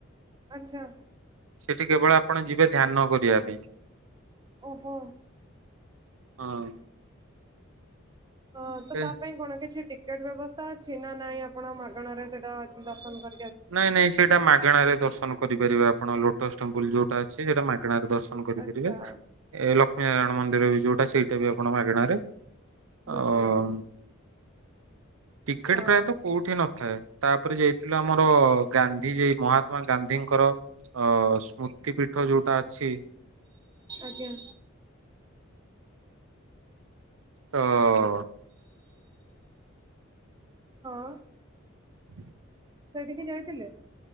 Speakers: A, on the right; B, on the right.
A: ଆଚ୍ଛା।
B: ସେଠି କେବଳ ଆପଣ ଯିବେ ଧ୍ୟାନ କରିବା ପାଇଁ।
A: ଓହୋ।
B: ହଁ।
A: ହଁ ତ
B: ସେ
A: ତା ପାଇଁ କଣ କିଛି ଟିକେଟ୍ ବ୍ୟବସ୍ଥା ଅଛି, ନା ନାଇଁ ଆପଣ ମାଗଣାରେ ସେଟା ଦର୍ଶନ କ
B: ନାଇଁ-ନାଇଁ ସେଇଟା ମାଗେଣାରେ ଦର୍ଶନ କରିପାରିବେ ଆପଣ ଲୋଟସ୍ ଟେମ୍ପୁଲ୍ ଯୋଉଟା ଅଛି, ସେଇଟା ମାଗେଣାରେ ଦ ର୍ଶନ୍ କରିପାରିବେ,
A: ଆଚ୍ଛା
B: ଏ ଲକ୍ଷ୍ମୀ ନାରାୟଣ ମନ୍ଦିର ବି ଯୋଉଟା ସେଇଟା ବି ଆପଣ ମାଗେଣାରେ
A: ବୁଝିଲି
B: ଆଉ <unintelligible> ପ୍ରାୟତଃ
A: ହଁ
B: କୋଉଠି ନଥାଏ, ତାପରେ ଯାଇଥିଲୁ ଆମ ର ଗାନ୍ଧୀଜି ମହାତ୍ମା ଗାନ୍ଧୀଙ୍କର ଅ ସ୍ମୃତି ପୀଠ ଯୋଉଟା ଅଛି
A: ଆଜ୍ଞା।
B: ତ
A: ହଁ।
B: <inaudible>
A: ସେଇଠିକି ଯାଇଥିଲେ?